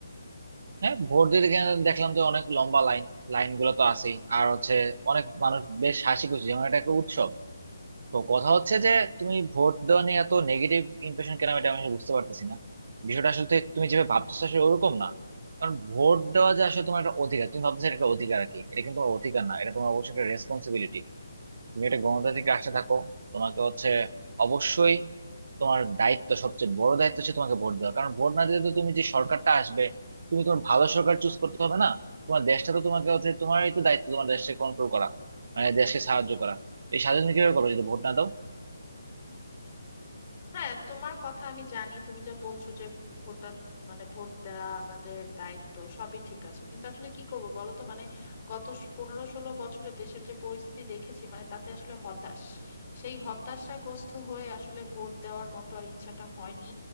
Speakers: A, on the right; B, on the left.
A: হ্যাঁ ভোট দিতে গেলে দেখলাম তো অনেক লম্বা লাইন লাইন গুলো তো আছেই আর হচ্ছে অনেক মানুষ বেশ হাসি খুশি যেমন এটা একটা উৎসব তো কথা হচ্ছে যে তুমি ভোট দেওয়া নিয়ে এত নেগেটিভ ইমপ্রেশন কেন এটা আমি আসলে বুঝতে পারতেছি না বিষয়টা আসলে তো তুমি যেভাবে ভাবতেছো আসলে ওরকম না কারণ ভোট দেওয়া যে আসলে তোমার একটা অধিকার তুমি ভাবতেছো এটা একটা অধিকার আর কি এটা কিন্তু তোমার অধিকার না এটা তোমার অবশ্যই একটা রেসপন্সিবিলিটি তুমি একটা গণতান্ত্রিক রাষ্ট্রে থাকো তোমাকে হচ্ছে অবশ্যই তোমার দায়িত্ব সবচেয়ে বড় দায়িত্ব হচ্ছে তোমাকে ভোট দেওয়া কারণ ভোট না দিলে তো তুমি যে সরকারটা আসবে তুমি তোমার ভালো সরকার চুজ করতে হবে না তোমার দেশটা তো তোমাকে হচ্ছে তোমারই তো দায়িত্ব তোমার দেশকে কন্ট্রোল করা মানে দেশকে সাহায্য করা এই স্বাধীন কিভাবে করবে যদি ভোট না দাও
B: হ্যাঁ তোমার কথা আমি জানি তুমি যা বলছো যে ভোটার মানে ভোট দেওয়া আমাদের দায়িত্ব সবই ঠিক আছে কিন্তু আসলে কি করব বলো তো মানে গত স- পনেরো ষোলো বছরে দেশের যে পরিস্থিতি দেখেছি মানে তাতে আসলে হতাশ সেই হতাশাগ্রস্ত হয়ে আসলে ভোট দেওয়ার মতো আর ইচ্ছাটা হয়নি